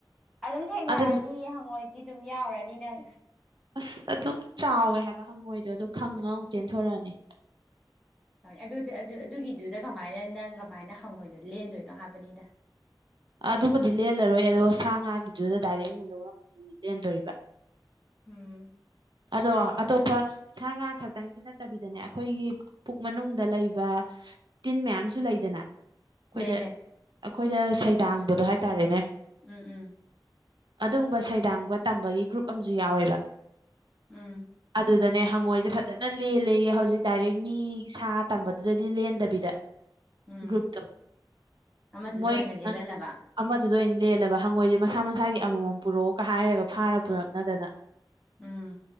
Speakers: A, in the centre; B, on the right.
A: ꯑꯗꯨꯝ ꯊꯦꯡꯅꯔꯅꯤ
B: ꯑꯗꯨꯁꯨ
A: ꯍꯪꯉꯣꯏꯗꯤ ꯑꯗꯨꯝ ꯌꯥꯎꯔꯅꯤ ꯅꯪ
B: ꯑꯁ ꯑꯗꯨꯝ ꯆꯥꯎꯋꯦ ꯍꯥꯏꯕ ꯍꯪꯉꯣꯏꯗꯣ ꯑꯗꯨ ꯈꯪꯉꯒ ꯑꯃꯨꯛ ꯆꯦꯟꯊꯣꯔꯛꯑꯅꯤ
A: ꯑꯗꯨ ꯑꯗꯨ ꯑꯗꯨꯒꯤꯗꯨꯗ ꯀꯃꯥꯏꯅ ꯅꯪ ꯀꯃꯥꯏꯅ ꯍꯪꯉꯣꯏꯗꯣ ꯂꯦꯟꯗꯣꯏꯅꯣ ꯍꯥꯏꯕꯅꯤꯗ
B: ꯑꯗꯨꯕꯨꯗꯤ ꯂꯦꯜꯂꯔꯣꯏ ꯑꯗꯣ ꯁꯥ ꯉꯥꯒꯤꯗꯨꯗ ꯗꯥꯏꯔꯦꯛ ꯑꯩꯅ ꯂꯧꯔꯝꯃꯗꯤ ꯂꯦꯟꯗꯣꯔꯤꯕ
A: ꯎꯝ
B: ꯑꯗꯣ ꯑꯇꯣꯞꯄ ꯁꯥ ꯉꯥ ꯈꯛꯇꯪ ꯅꯠꯇꯕꯤꯗꯅꯦ ꯑꯩꯈꯣꯏꯒꯤ ꯄꯨꯛ ꯃꯅꯨꯡꯗ ꯂꯩꯕ ꯇꯤꯟ ꯃꯌꯥꯝꯁꯨ ꯂꯩꯗꯅ ꯑꯩꯈꯣꯏꯗ
A: ꯂꯩ ꯂꯩ
B: ꯑꯩꯈꯣꯏꯗ ꯁꯩꯗꯥꯡꯕꯗꯣ ꯍꯥꯏꯇꯥꯔꯦꯅꯦ
A: ꯎꯝ ꯎꯝ
B: ꯑꯗꯨꯒꯨꯝꯕ ꯁꯩꯗꯥꯡꯕ ꯇꯝꯕꯒꯤ ꯒ꯭ꯔꯨꯞ ꯑꯃꯁꯨ ꯌꯥꯎꯋꯦꯕ
A: ꯎꯝ
B: ꯑꯗꯨꯗꯅꯦ ꯍꯪꯉꯣꯏꯁꯦ ꯐꯖꯅ ꯂꯦꯜꯂꯦꯌꯦ ꯍꯧꯖꯤꯛ ꯗꯥꯏꯔꯦꯛ ꯃꯤ ꯁꯥ ꯇꯝꯕꯗꯨꯗꯗꯤ ꯂꯦꯟꯗꯕꯤꯗ
A: ꯎꯝ
B: ꯒ꯭ꯔꯨꯞꯇꯨ
A: ꯑꯃꯗꯨꯗ
B: ꯃꯣꯏꯅ
A: ꯑꯣꯏꯅ ꯂꯦꯜꯍꯜꯂꯕ
B: ꯑꯃꯗꯨꯗ ꯑꯣꯏꯅ ꯂꯦꯜꯂꯕ ꯍꯪꯉꯣꯏꯁꯦ ꯃꯁꯥ ꯃꯁꯥꯒꯤ ꯑꯃꯃꯝ ꯄꯨꯔꯛꯑꯣꯒ ꯍꯥꯏꯔꯒ ꯐꯥꯔ ꯄꯨꯔꯛꯅꯗꯅ
A: ꯎꯝ